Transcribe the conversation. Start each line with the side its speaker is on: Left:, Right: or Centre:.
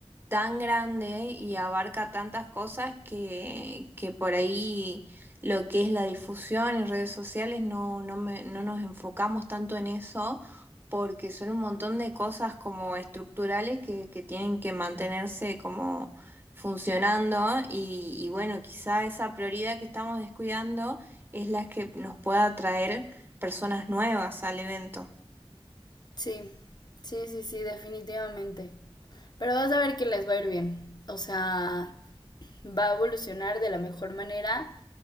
Right: tan grande y abarca tantas cosas que, que por ahí lo que es la difusión en redes sociales no, no, me- no nos enfocamos tanto en eso porque son un montón de cosas como estructurales que, que tienen que mantenerse como funcionando y, y bueno, quizá esa prioridad que estamos descuidando es la que nos pueda traer personas nuevas al evento.
Left: Sí, sí, sí, sí, definitivamente. Pero vas a ver que les va a ir bien. O sea, va a evolucionar de la mejor manera.